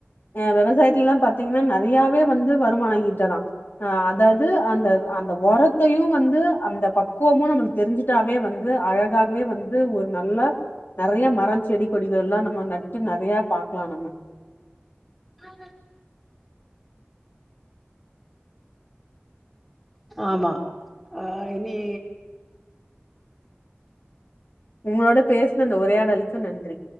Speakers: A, on the left; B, in the centre.
A: அ வெவசாயத்லலா பாத் பாத்தீங்கன்னா நெறையாவே வந்து வருமான ஈட்ட லா அ அதாவது அந்த அந்த உரத்தையு வந்து அந்த பக்குவமு நமக்கு தெரிஞ்சுட்டாவே வந்து அழகாகவே வந்து து ஒரு நல்ல நெறைய மரோ செடி கொடிக யெல்லா நம்ம நட்டு நெறய பாக்கலா நம்ம
B: ஆஹ <unintelligible> ஆமா ஆ இனி
A: உங்களோட பேஸ்ன இந்த உரையாடலுக்கு நன்றி